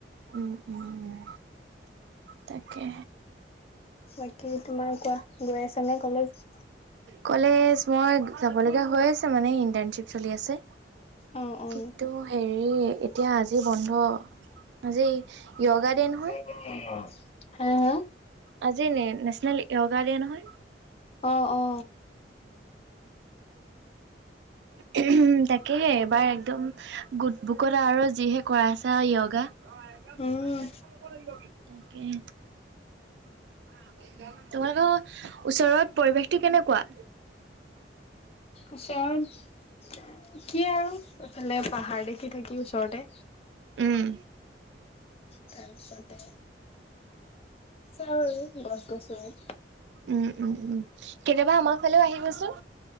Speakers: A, on the right (about 70°); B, on the left (about 35°).
A: উম উম তাকেে
B: বাকী তোমাৰ কোৱা গৈ আছ নে কলেজ
A: কলেজ মই যাব লগগীয়া হৈ আছে মানে ইণ্টাৰণশ্বিপ চলি আছে
B: অ অ
A: কিন্তু হেৰি হ এতিয়া আজি বন্ধ আজি য়োগা ডে নহয়
B: <inaudible> হা হা
A: আজি ন নেশচনেল য়োগা দে নহয়
B: আহ অ
A: উ তাকেহে এবাৰ একদম গোট বুকত আৰু যিহে কৰা আছা য়গা ল
B: উম
A: তাকে <inaudible> তোমালোকৰ ওচৰত পৰিৱেশটো কেনেকুৱা
B: ওচৰত কি আৰু এইফালে পাহাৰ দেখি থাকি ওচৰতে
A: উম
B: তাৰপিছতে আছে আৰু গছ গছনি
A: উম উম উম কেনেয়বা আমাৰ ফালেও আহিবচোন